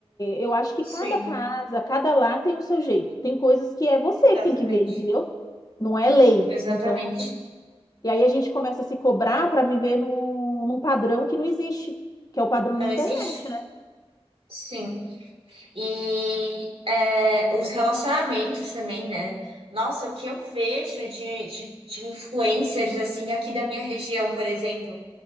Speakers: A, on the left (about 35°); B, on the right (about 65°).
A: eu acho que
B: sim,
A: cada casa, cada lar tem o seu jeito. Tem coisas que é você
B: exatamente.
A: que tem que ver, entendeu? Não é lei.
B: Exatamente.
A: Então, e aí a gente começa a se cobrar para viver num, num padrão que não existe, que é o padrão
B: Não
A: da internet,
B: existe,
A: né?
B: sim. E é, os relacionamentos também, né? Nossa, o que eu vejo de, de, de influencers, assim, aqui da minha região, por exemplo.